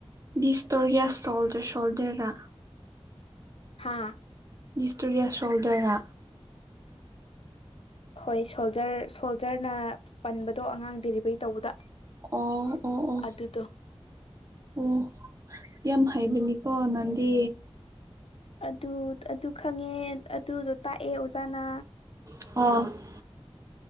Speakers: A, on the right; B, on the left.
A: ꯗꯤꯁꯗꯣꯔꯤꯌꯥꯁ ꯁꯣꯜꯖꯔ ꯁꯣꯜꯗꯔꯥ꯫
B: ꯍꯥꯥ꯫
A: ꯗꯤꯁꯇꯣꯔꯤꯌꯥꯁ ꯁꯣꯜꯗꯔꯔꯥ꯫
B: ꯍꯣꯏ ꯁꯣꯜꯖꯔ ꯁꯣꯜꯖꯔꯅ ꯄꯟꯕꯗꯣ ꯑꯉꯥꯡ ꯗꯦꯂꯤꯚꯔꯤ ꯇꯧꯕꯗ꯫
A: ꯑꯣ ꯑꯣ
B: ꯑꯗꯨꯗꯣ
A: ꯑꯣ꯫ ꯑꯣ ꯌꯥꯝ ꯍꯥꯏꯕꯅꯤꯀꯣ ꯅꯪꯗꯤ꯫
B: ꯑꯗꯨ ꯑꯗꯨ ꯈꯪꯉꯦ ꯑꯗꯨꯗꯣ ꯇꯥꯛꯑꯦ ꯑꯣꯖꯥꯅ꯫
A: <unintelligible>